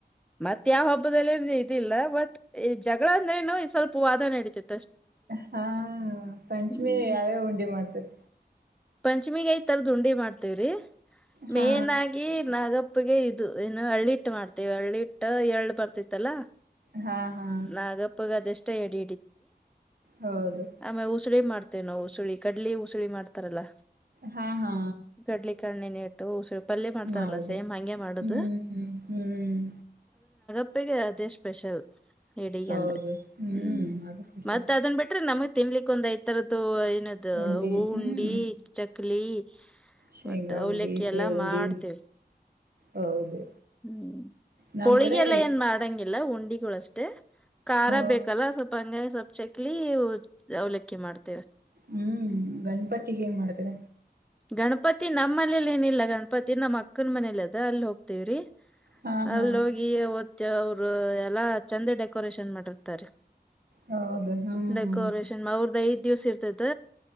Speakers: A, in the centre; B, on the right.
A: ಮತ್ತ ಯಾವ ಹಬ್ಬದಲ್ಲಿ ಏ ಇದತಿಲ್ಲ ಬಟ್ ಈ ಜಗಳ ಅಂದ್ರೆನುೋ ಸ್ವಲ್ಪ ವಾದ ನಡೀತಿತಿ
B: ಹಾ ಪಂಚಮಿ
A: ಹ್ಮ್
B: ಯಾವ್ಯ ಉಂಡೆ ಮಾಡ್ತರಿ
A: ಲಕ್ಷ್ಮಿಗೈ ತರ ುಂಡಿ ಮಾಡ್ತೇವ್ರಿ
B: ಹಾ
A: ಮೇನ್ ಆಗಿ ನಾಗಪ್ಪಗೆ ಇದು ಏನು ಹಳ್ಳಿಟ್ಟು ಮಾಡ್ತೇವಿ ಹಳ್ಳಿ ಹಿಟ್ಟ ಎಏಳ್ ಬರ್ತಿತ್ತಲ್ಲಾ
B: ಹಾ ಹಾ
A: ನಾಗಪ್ಪಗೆ ಅದೆಷ್ಟ ಎಡಿ
B: ಹೌದು
A: ಆಮೇ ಉಸ ಮಾಡ್ತೇವೆ ನ ಉು ಗಡ್ಲಿ ಉಸುಳಿ ಮಾಡ್ತಾರಲ್ಲ
B: ಹಾ ಹಾ
A: ಗಡ್ಲಿ ಕಣ್ಣನ ಇಟ್ಟು ಉಸ ಪಲ್ೆ ಮಾಡ್ತಾರಲ್ಲ
B: ಮಾಡುದು
A: ಸೇಮ್ ಹಂಗೆ ಮಾಡುದು
B: ಹ್ಮ್ ಹ್ಮ್ ಹ್ಮ್
A: ಪ್ಪ ಅದೇ ಸ್ಪೆಷಲ್ ಎಡಗ
B: ಹೌದು
A: ಅಂದ್ರೆ ಹ್ಮ್
B: ಅದು ಖುಷಿ
A: ಮತ್ ಅದನ್ ಬಿಟ್ರೆ ನಮ ತಿನ್ಲಿಕ್ಕ ಒಂದ ಐತರದ್ದು ಏನದ
B: ಉಂಡಿ
A: ಹ
B: ಹ್ಮ್
A: ಉಂಡಿ ಚಕ್ಲಿ
B: ಶೇಂಗಾ
A: ಮತ್ತ ಅವಲಕ್ಕಿ
B: ಉುಂಡಿ ಶೇವುಂಡಿ
A: ಎಲ್ಲಾ ಮಾಡ್ತೇವಿ
B: ಹೌದು
A: ಹ್ಮ್
B: ನಮ್
A: ಹೋಳಿಗೆಲ್ಲ
B: ಕಡೆ
A: ಏನ್ ಮಾಡಂಗಿಲ್ಲ ಉಂಡಿಗಳಷ್ಟೇ ಖಾರ
B: ಹ
A: ಬೇಕಲ್ಲ ಸ್ವಲ್ಪ ಹಂಗಾಗಿ ಸ್ವಲ್ಪ್ ಚಕ್ಲಿ ಅವ್ಲಕ್ಕಿ ಮಾಡ್ತ
B: ಹ್ಮ್ ಗಣಪತಿಗ ಏನ್ ಮಾಡ್ತರ
A: ಗಣಪತಿ ನಮ್ಮ್ ಮನೇಲಿ ಏನಿಲ್ಲ ಗಣಪತಿ ನಮ್ಮ ಅಕ್ಕನ ಮನೇಲಿ ಅದ ಅಲ್ಲಿ ಹೋಗ್ತವ್ರಿ
B: ಹಾ ಹಾ
A: ಅಲ್ಲಿ ಹೋಗಿ ಅವತ್ತ ಅವರು ಎಲ್ಲಾ ಚಂದ ಡೆಕೋರೇಷನ್ ಮಾಡಿರ್ತಾರೆ
B: ಹೌದು ಹ್ಮ್
A: ಡೆಕೋರೇಷನ್
B: ಹ್ಮ್
A: ಅವ್ರ್ದ ಐದು ದಿವ್ಸ ಇರ್ತದ